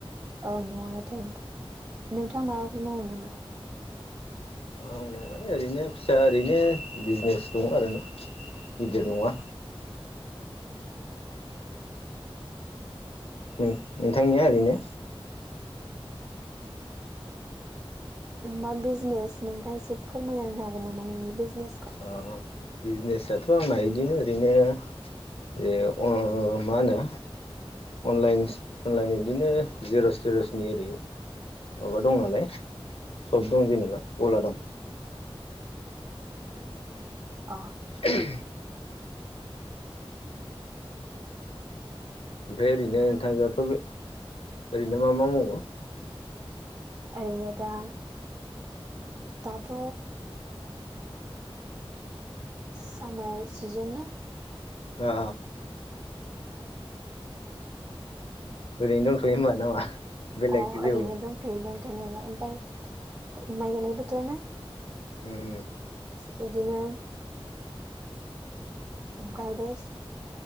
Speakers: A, on the right; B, on the left.
A: औ न'आनो थायो नोंथाङा माबाफोर मावो नामा?
B: मावनाय माने आरैनो फिसा ओरैनो बिजनेस दङ आरो ना। गिदिर नङा।
A: अ
B: नोंथांनिया ओरैनो
A: मा बिजनेस नोंथाङ एसे फोरमायां हागोन नामा नोंनि बिजनेसखौ?
B: अ बिजनेसथ' आंना बिदिनो ओरैनो जे अ मा होनो अनलाइन सनलाइन बिदिनो जिर'स थिर'सनि ओरै माबा दं नालाय सप दं जेनेबा <unintelligible> दं।
A: अ
B: <inaudible> ओमफ्राय ओरैनो नोंथांजोंथ' बे ओरैनो मा मा मावो?
A: ओरैनो दा दाथ' सामार सिजना
B: अ ओरैनो दंथ'यो होमबा नामा? बेलेग
A: अ ओरैनो
B: जेबो
A: दं थैलनायालाय ओमफफ्राय माइ गनाय बोथोर ना
B: ओम ओम।
A: बिदिनो गायबाय